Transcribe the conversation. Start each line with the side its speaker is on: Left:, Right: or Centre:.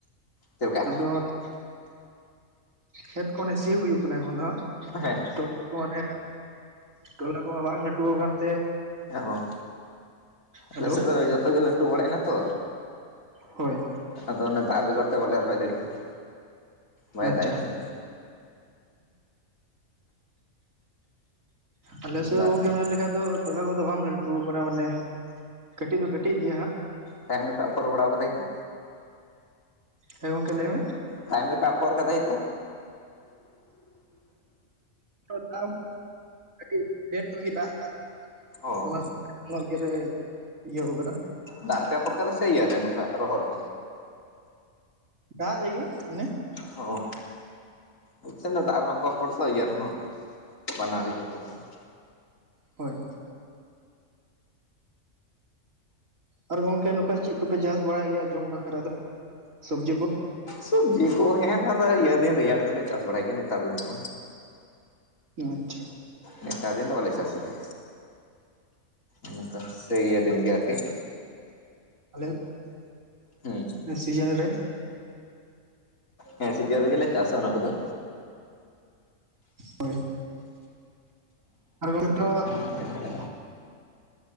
Left: ᱪᱮᱫ ᱞᱮᱠᱟ
Right: ᱟᱫᱚ ᱦᱟᱸᱜ ᱠᱷᱮᱛ ᱠᱚ ᱚᱱᱮ ᱥᱤ ᱦᱩᱭᱩᱜ ᱠᱟᱱᱟ ᱮᱠᱷᱚᱱ ᱫᱚ ᱦᱟᱸᱜ᱾
Left: ᱦᱮᱸ
Right: ᱠᱚ ᱢᱟᱱᱮ ᱴᱚᱞᱟ ᱠᱚᱦᱚᱸ ᱵᱟᱝ ᱞᱟᱹᱴᱩᱣ ᱠᱟᱱ ᱛᱮ
Left: ᱦᱮᱸ ᱚᱸ ᱟᱞᱮ
Right: ᱦᱮᱞᱳ
Left: ᱥᱮᱜ ᱫᱚ ᱡᱚᱛᱚᱜᱮ ᱞᱟᱹᱴᱩ ᱵᱟᱲᱟᱮᱱᱟ ᱛᱚ
Right: ᱦᱳᱭ
Left: ᱟᱫᱚ ᱚᱱᱮ ᱫᱟᱜ ᱵᱮᱜᱚᱨ ᱛᱮ ᱵᱟᱞᱮ ᱨᱚᱦᱚᱭ ᱫᱟᱲᱤᱭᱟᱜ ᱠᱟᱱᱟ᱾ ᱵᱟᱭ
Right: ᱟᱪᱪᱷᱟ
Left: ᱫᱟᱜ ᱮᱫ ᱠᱟᱱ ᱛᱮ
Right: ᱟᱞᱮ ᱥᱮᱜ ᱦᱚᱸ
Left: ᱫᱟᱜ
Right: ᱜᱚᱝᱠᱮᱢ ᱧᱮᱞ ᱞᱮᱠᱷᱟᱫ ᱫᱚ ᱴᱚᱞᱟ ᱠᱚᱫᱚ ᱵᱟᱢ ᱞᱟᱹᱴᱩ ᱠᱟᱱᱟ ᱢᱟᱱᱮ ᱠᱟᱹᱴᱤᱡ ᱫᱚ ᱠᱟᱹᱴᱤᱡ ᱜᱮᱭᱟ ᱦᱟᱸᱜ
Left: ᱛᱟᱭᱚᱢ ᱜᱮᱯᱮ ᱟᱯᱷᱚᱨ ᱵᱟᱲᱟ ᱠᱟᱫᱟ ᱦᱤᱛᱟᱹ
Right: ᱦᱮᱸ ᱜᱚᱝᱠᱮ ᱞᱮᱭ ᱢᱮ
Left: ᱛᱟᱭᱚᱢ ᱜᱮᱯᱮ ᱟᱯᱚᱨ ᱠᱟᱫᱟᱭ ᱛᱚ
Right: ᱟᱫᱚ ᱫᱟᱜ ᱦᱚᱸ ᱠᱟᱹᱴᱤᱡ ᱞᱮᱴ ᱧᱚᱜ ᱜᱤ ᱫᱟᱜ ᱠᱟᱜᱼᱟ ᱛᱚᱵᱮ
Left: ᱚ
Right: ᱫᱚᱢᱮ ᱱᱚᱼᱚᱭ ᱤᱭᱟᱹ ᱨᱮ ᱤᱭᱟᱹᱣ ᱠᱟᱫᱟ
Left: ᱫᱟᱜ ᱨᱮ ᱯᱮ ᱯᱷᱳᱨ ᱠᱟᱫᱟ ᱥᱮ ᱤᱭᱟ ᱨᱮ ᱱᱚᱠᱟ ᱨᱚᱦᱚᱨ ᱨᱮ
Right: ᱫᱟᱜ ᱨᱤ ᱜᱤ ᱢᱟᱱᱮ᱾
Left: ᱦᱸ ᱢᱤᱫᱥᱮᱱ ᱫᱚ ᱫᱟᱜ ᱨᱮᱦᱚᱸ ᱠᱚ ᱯᱷᱳᱲ ᱛᱚ ᱤᱭᱟᱹ ᱨᱮᱦᱚᱸ ᱵᱟᱱᱟᱨ ᱨᱮᱜᱮ ᱠᱚ ᱠᱚᱨᱟᱣ
Right: ᱦᱳᱭ ᱟᱨ ᱜᱚᱝᱠᱮ ᱱᱚᱠᱟ ᱪᱤᱜ ᱠᱚᱯᱮ ᱪᱟᱥ ᱵᱟᱲᱟᱭ ᱜᱮᱭᱟ ᱡᱚᱢ ᱵᱟᱠᱷᱨᱟ ᱫᱚ ᱥᱚᱵᱡᱤ ᱠᱚ᱾
Left: ᱥᱚᱵᱽᱡᱤ ᱠᱚ ᱦᱮᱸ ᱚᱱᱟ ᱫᱚ ᱤᱭᱟᱹ ᱫᱤᱱ ᱨᱮᱭᱟᱲ ᱫᱤᱱ ᱞᱮ ᱪᱟᱥ ᱵᱟᱲᱟᱭ ᱜᱮᱭᱟ ᱱᱮᱛᱟᱨ ᱫᱤᱱ ᱫᱚ ᱵᱟᱝ
Right: ᱟᱪᱪᱷᱟ
Left: ᱱᱮᱛᱟᱨ ᱫᱤᱱ ᱫᱚ ᱵᱟᱞᱮ ᱪᱟᱥ ᱜᱮᱭᱟ ᱚᱱᱮᱛᱚ ᱥᱮᱭ ᱤᱭᱟᱹ ᱫᱤᱱ ᱜᱮ ᱟᱨᱠᱤ
Right: ᱟᱞᱮ
Left: ᱦᱩᱸ
Right: ᱥᱤᱡᱟᱹᱱ ᱨᱮ
Left: ᱦᱮᱸ ᱥᱤᱡᱟᱹᱱ ᱨᱮᱜᱮᱞᱮ ᱪᱟᱥᱟ ᱚᱱᱟ ᱠᱚᱫᱚ᱾
Right: ᱦᱳᱭ ᱟᱨ <unintelligible> ᱛᱚ
Left: ᱪᱮᱫ